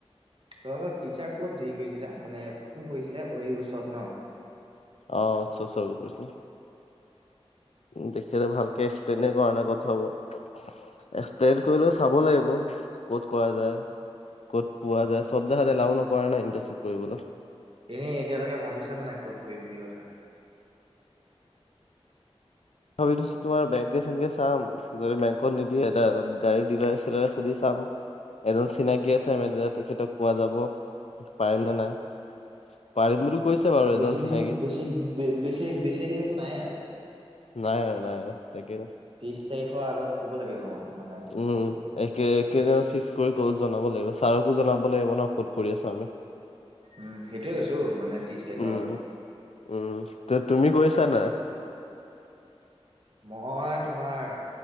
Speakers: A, on the right; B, on the left.
A: তহঁতৰত টিচাৰ ক'ত দেৰি কৰিছিলে মানে কোন পৰিছিলে অ', উৎসৱ ন।
B: অ', উৎসৱ চৰ কৰিছে দেখ সিহঁতে ভালকে এক্সপ্লেইনে কৰা নাই কথাবোৰ। এক্সপ্লেইন কৰিলেও চাব লাগিব ক'ত কৰা যায়। ক'ত পোৱা যায় চব জেগাতে এলাও নকৰে নাই ইণ্টাৰশ্বিপ কৰিবলৈ।
A: এনেই এতিয়ালৈকে ভাবিছা নাই ক'ত কৰিম কি কথা
B: ভাবি থৈছোঁ তোমাৰ বেংকে চেংকে চাম। গৈ বেংকত নিদিয়ে ডাইৰেক্ট গাড়ী ডিলাৰ চিলাৰ সুধি চাম। এজন চিনাকী আছে মেনেজাৰ তেখেতক কোৱা যাব পাৰিম নে নাই। পাৰিম বুলি কৈছে বাৰু
A: বেছি
B: এজন
A: দিন
B: চিনাকি
A: বেছি বেছি বেছি দিনটো নাই আৰু।
B: নাই, আৰু নাই তাকে ন।
A: ত্ৰিশ তাৰিখৰ আগত ক'ব লাগে জমা মানে
B: উম
A: হেৰি
B: এ কে কেইদিনত ফিক্স কৰি ক'ত জনাব লাগিব ছাৰকো জনাব লাগিব ন ক'ত কৰি আছো আমি
A: উম সেইটোৱে কৈছো মানে ত্ৰিশ তাৰিখৰ
B: উম
A: আগত
B: উম ত তুমি কৰিছা নাই
A: মই তোমাৰ